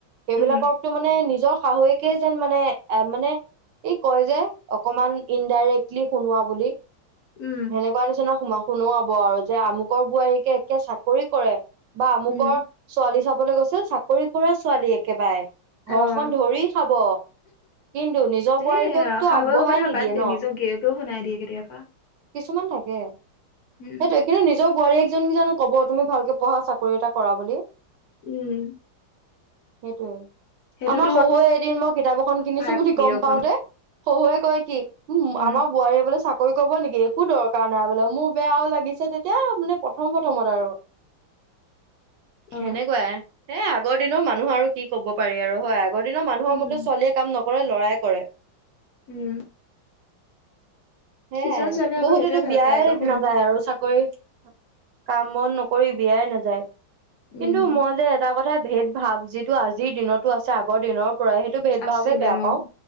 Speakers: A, on the right (about 70°); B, on the left (about 60°).
A: সেইবিলাককটো
B: উম
A: মানে নিজৰ শাহুৱেকেই যেন মানে, এ মানে ই কয় যে, অকমান ইনডাইৰেক্টলি শুনোৱা বুলি।
B: উম
A: সেনেকুৱা নিচিনা সুমা শুনোৱাব আৰু যে, আমুকৰ বোৱাৰীকে একে চাকৰি কৰে। বা আমুকৰ
B: উম
A: ছোৱালী চাবলৈ গৈছিল, চাকৰি কৰা ছোৱালী একেবাৰে। ঘৰখন
B: অ'।
A: ধৰি খাব। কিন্তু, নিজৰ বোৱাৰীককটো
B: এই শাহুৱেকৰ
A: আগবঢ়াই
B: কথা
A: নিদিয়ে
B: বাদ দে
A: ন!
B: নিজৰ গিৰিয়েকেও শুনাই দিয়ে কেতিয়াবা
A: কিছুমান থাকে,
B: উম
A: সেইটোৱেই কিন্তু নি বোৱাৰীয়েক জনী জানো ক'ব, তুমি ভালকে পঢ়া, চাকৰি এটা কৰা বুলি।
B: উম।
A: সেইটোৱেই।
B: সেইটোতো
A: আমাৰ শহুৱে এদিন মই কিতাপ এখন কিনিছো
B: সহায়
A: বুলি
B: কৰি
A: গম
B: অকনো
A: পাওতে শহুৱে কয় কি! উ,
B: উম
A: আমাৰ বোৱাৰীয়ে বোলে চাক কৰিৰ পকব নেকি একো দৰকাৰ নাই বোলে মোৰ বেয়াও লাগিছে তেতিয়া মানে প্ৰথম প্ৰথমত আৰু
B: <inaudible> অ
A: সেনেকুৱাই। এ, আগৰ দিনৰ মানুহ আৰু কি ক'ব পাৰি আৰু হয়। আগৰ দিনৰ মানুহৰ
B: উম
A: মতে ছোৱালীয়ে কাম নকৰে, ল'ৰাই কৰে।
B: উম।
A: সেয়াই
B: কিছুমান ছোৱালীয়ে
A: বহুতেতো
B: আকৌ সেইটোৱে ভাল
A: বিয়াই
B: পায় আকৌ শুনি
A: নাযায় আৰু চাকৰি কাম-বন নকৰি বিয়াই নাযায়।
B: উম
A: কিন্তু মই যে এটা কথাই ভেদ ভাৱ, যিটো আজিৰ দিনতো আছে, আগৰ দিনৰ পৰাই। সেইটো ভেদ
B: আছিলে
A: ভাৱেই বেয়া পাওঁ।
B: অ